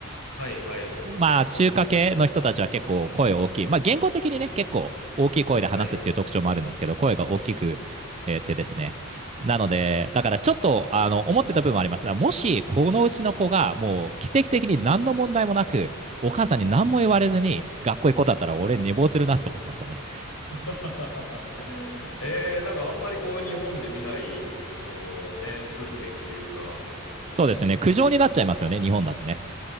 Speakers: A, on the left; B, on the right.
A: はい、はい。
B: まあ、中華系の人たちは結構声大きい。
A: そうですね。
B: まあ、言語的にね、結構大きい声で話すっていう特徴もあるんですけど、
A: はい。
B: 声が大きく、えーてですね。なので、だからちょっと、あの、思ってた部分もあります。だからもし、このうちの子が、もう、奇跡的に何の問題もなく、お母さんに何も言われずに、学校行く子だったら、俺、寝坊するなと思ってましたね。
A: <laughs> えー、なんかあんまりこう日本で見ない、そのね、風景というか、
B: そうですね。苦情になっちゃいますよね、日本だとね。